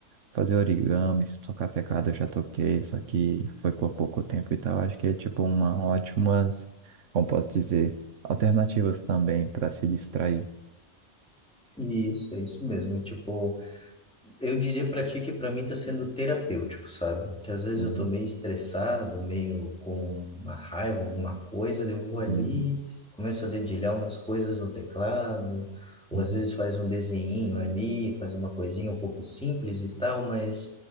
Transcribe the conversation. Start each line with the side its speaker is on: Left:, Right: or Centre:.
Right: fazer origami, se tocar teclado eu já toquei, só que foi por pouco tempo e tal. Acho que é tipo uma ótima, como posso dizer, alternativas também para se distrair.
Centre: E isso, é isso mesmo. E, Tipo, Eu diria pra ti que pra mim tá sendo terapêutico, sabe? Que às vezes
Right: Uhum,
Centre: eu tô meio estressado, meio com uma raiva, alguma coisa, daí eu vou ali,
Right: uhum,
Centre: começo a dedilhar umas coisas no teclado, ou
Right: uhum.
Centre: às vezes faz um desenhinho ali, faz uma coisinha um pouco simples e tal, mas